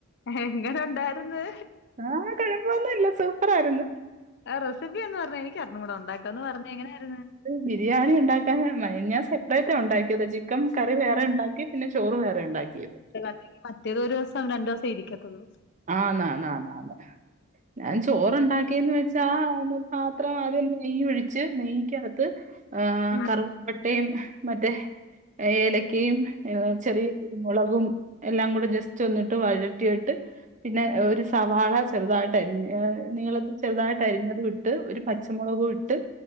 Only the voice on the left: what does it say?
എങ്ങനെ ഉണ്ടായിരുന്ന്?
ആഹ് റെസിപ്പിഒന്ന് പറഞ്ഞേ എനിക്കർഞ്ഞൂട ഒണ്ടാക്കാൻ ഒന്ന് പറഞ്ഞേ എങ്ങനായിരുന്നു.
അല്ലെങ്കിൽ മറ്റേത് ഒരു ദിവസം രണ്ടു ദിവസം ഇരിക്കത്തുള്ളൂ.
ഉം